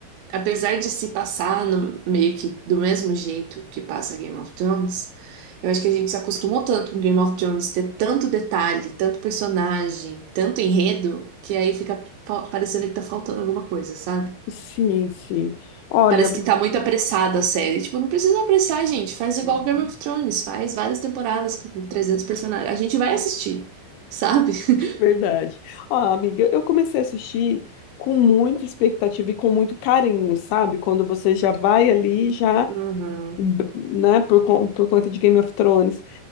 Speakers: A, on the right; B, on the left.
A: apesar de se passar no- meio que do mesmo jeito que passa Game of Thrones, eu acho que a gente se acostumou tanto com Game of Thrones ter tanto detalhe, tanto personagem, tanto enredo, que aí fica pa- parecendo que tá faltando alguma coisa, sabe?
B: Sim, sim. Olha,
A: Parece que tá muito apressada a série. Tipo, não precisa apressar, gente. Faz igual
B: <laughs>
A: Game of Thrones, faz várias temporadas com 300 personagens. A gente vai assistir, sabe? <laughs>
B: verdade. Ah, amiga, eu comecei a assistir com muita expectativa e com muito carinho, sabe? Quando você já vai ali, já,
A: Uhum,
B: b- né, por, con- por conta de Game of Thrones.